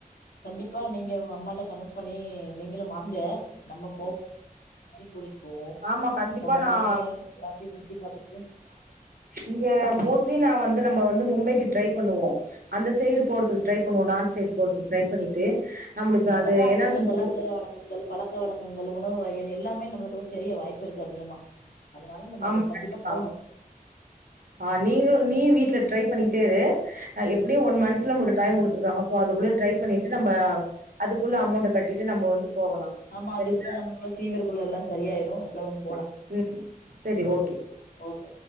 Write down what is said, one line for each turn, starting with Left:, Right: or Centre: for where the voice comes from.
Left: கண்டிப்பா நீங்க உங்க அம்மாகிட்ட கன்வெ்ட் பண்ணி நீங்களும் வாங்க நம்ம கூட்டிட்டு போவோ
Right: ஆமா கண்டிப்பா
Left: நம்ம எல்லாருமே
Right: நான்
Left: எல்லாத்தையு சுத்தி பாத்துட்டு
Right: இங்க மோஸ்ட்லி நான் வந்து நம்ம வந்து மும்பைக்கு ட்ரை பண்ணுவோம் அந்த சைடு போறதுக்கு ட்ரை பண்ணுவோம் நார்த் சைடு போறதுக்கு ட்ரை பண்ணிட்டு நம்மளுக்கு
Left: அப்பதா
Right: அது
Left: அங்க
Right: ஏன்னா
Left: உள்ள
Right: நம்ம
Left: கொலாச்சார
Right: ஒரு-
Left: வழக்கங்கள் பழக்க வழக்கங்கள் உணவு வகையிலே எல்லாமே நம்முளுக்கு வந்து தெரிய வாய்ப்பு இருக்கு அதிகமா அதனால நம்ம
Right: ஆமா
Left: அது
Right: கண்டிப்பா
Left: போணு
Right: ஆ நீங்களு நீயு வீட்ல ட்ரை பண்ணிட்டே இரு எப்படியும் எப்படியும் நமக்கு ஒன் மந்த் டைம் கொடுத்திருக்காங்க சோ அதுக்குள்ள ட்ரை பண்ணிட்டு நம்ம அதுக்குள்ள அமௌன்ட் அமௌண்ட் கட்டிட்டு கட்டிட்டு நம்ம வந்து போகலா
Left: ஆமா
Right: சரியா
Left: அதுக்குள்ள நமக்குள்ள குள்ள எல்லாம் சரியாயிரும் அப்ப
Right: உம் சரி ஓகே
Left: ஓகே